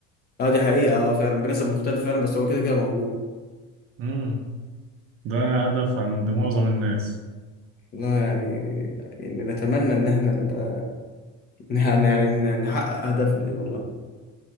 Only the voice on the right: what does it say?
امم ده هدف عند معظم الناس